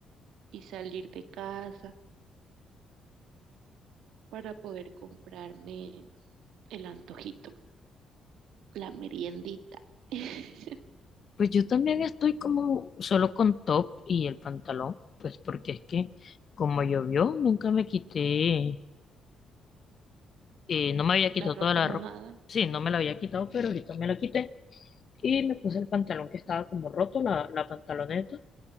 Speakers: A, on the right; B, on the left.
A: y salir de casa para poder comprarme el antojito, la meriendita, <laughs>
B: pues yo también estoy como solo con top y el pantalón, pues porque es que como llovió, nunca me quité, eh, no me había quitado
A: la ropa
B: toda la
A: mojada,
B: ropa. Sí, no me la había quitado, pero ahorita me la quité y me puse el pantalón que estaba como roto, la, la pantaloneta.